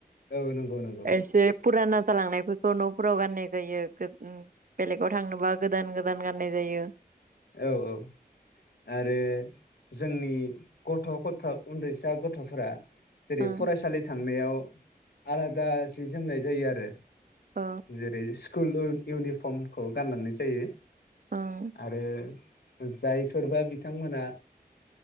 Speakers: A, on the left; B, on the right.
A: औ नंगौ नंगौ
B: एसे फुराना जालांनायफोरखौ न फोराव गाननाय जायो बेलेगाव थांनोबा गोदान गोदान गाननाय जायो
A: औ औ आरो जोंनि गथ' गथ' उन्दैसा गथ'फोरा
B: ओं
A: जेरै फरायसालि थांनायाव आलादा सि जोमनाय जायो आरो
B: औ
A: जेरै स्कुल इउनिफर्मखौ गानलांनाय जायो
B: औ
A: आरो जायफोरबा बिथांमोना